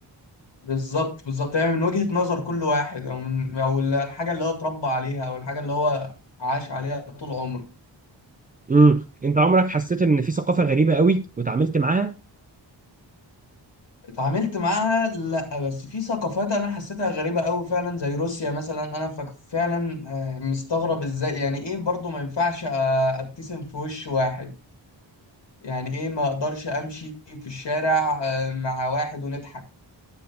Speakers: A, on the left (about 75°); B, on the right (about 20°).
A: بالظبط بالظبط يعني من وجهة نظر كل واحد او من او الحاجة اللي هو اتربى عليها او الحاجة اللي هو عاش عليها طول عمره
B: امم أنت عمرك حسيت إن في ثقافة غريبة قوي وتعاملت معاها؟
A: اتعاملت معاها لا بس في ثقافات انا حسيتها غريبة قوي فعلا زي روسيا مثلا انا فك- فعلا آه، مستغرب ازاي يعني ايه برضه ما ينفعش آه، ابتسم في وش واحد يعني ايه ما اقدرش امشي في الشارع آه، مع واحد ونضحك